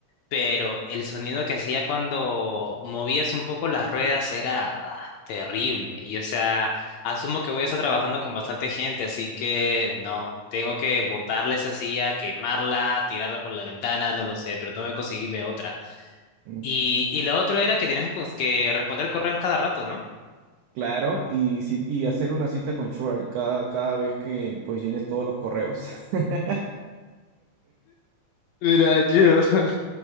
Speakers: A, on the left (about 80°); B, on the right (about 85°).
A: pero el sonido que hacía cuando movías un poco las ruedas era ah, terrible. Y o sea, asumo que voy a estar trabajando con bastante gente, así que no, tengo que botarle esa silla, quemarla, tirarla por la ventana, no lo sé, pero tengo que conseguirme otra.
B: Mm,
A: Y, y lo otro era que tenías que, cons- que responder correos cada rato, ¿no?
B: Claro, y, si- y hacer una cita con Schwerk cada, cada vez que pues llenes todos los correos. <laughs>
A: Mira, yo, <laughs>